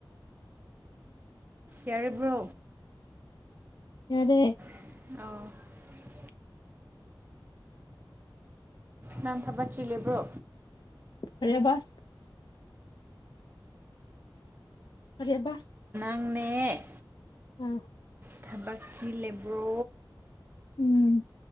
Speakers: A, on the right; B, on the left.
A: ꯌꯥꯔꯔꯕ꯭ꯔꯣ
B: ꯑꯗꯦ
A: ꯑ ꯅꯪ ꯊꯕꯛ ꯆꯤꯜꯂꯤꯕ꯭ꯔꯣ
B: ꯍꯔꯕꯁ ꯑꯗꯕ
A: ꯆꯪꯃꯦ
B: ꯎꯝ
A: ꯊꯕꯛꯁꯤꯤ ꯂꯦꯕ꯭ꯔꯣ
B: ꯎꯝ